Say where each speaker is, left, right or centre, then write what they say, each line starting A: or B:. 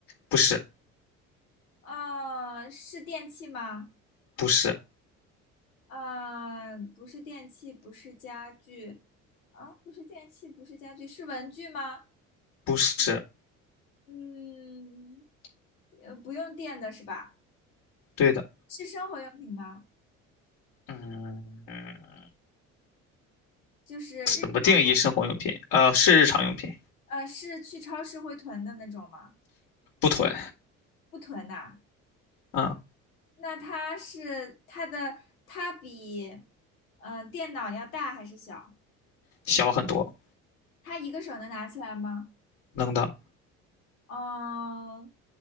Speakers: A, on the left; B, on the left.
A: 不是，
B: 啊、是电器吗？
A: 不是，
B: 嗯，不是电器，不是家具，啊，不是电器，不是家具，是文具吗？
A: 不是，
B: 嗯，呃，不用电的是吧？
A: 对的，
B: 是生活用品吗？
A: 嗯嗯，
B: 就是日常，
A: 怎么定义生活用品？呃，是日常用品，
B: 呃，是去超市会囤的那种吗？
A: 不囤，
B: 不囤呐、
A: 嗯，
B: 那它是它的，它比，嗯，电脑要大还是小？
A: 小很多，
B: 它一个手能拿起来吗？
A: 能的，
B: 嗯，